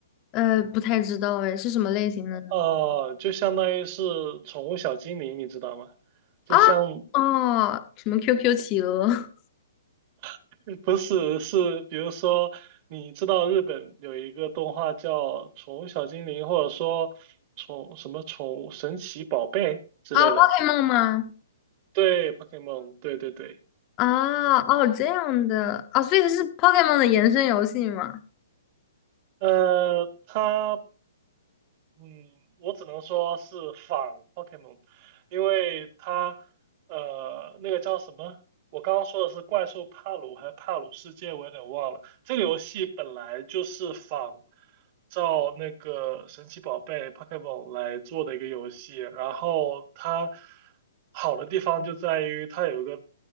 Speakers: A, on the left; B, on the right.
A: 呃，不太知道哎，是什么类型的呢？
B: 哦，就相当于是宠物小精灵，你知道吗？就像
A: 啊，哦，什么 QQ 企鹅 <laughs>
B: <laughs> 不是，是比如说，你知道日本有一个动画叫《宠物小精灵》，或者说宠什么宠物神奇宝贝之类的。
A: 啊，Pokemon 吗？
B: 对，Pokemon，对对对，
A: 啊，哦，这样的啊，所以它是 Pokemon 的延伸游戏吗？
B: 呃，它嗯，我只能说是仿 Pokemon，因为它呃那个叫什么？我刚刚说的是怪兽帕鲁还是帕鲁世界，我有点忘了。这个游戏本来就是仿照那个神奇宝贝 Pokemon 来做的一个游戏，然后它好的地方就在于它有一个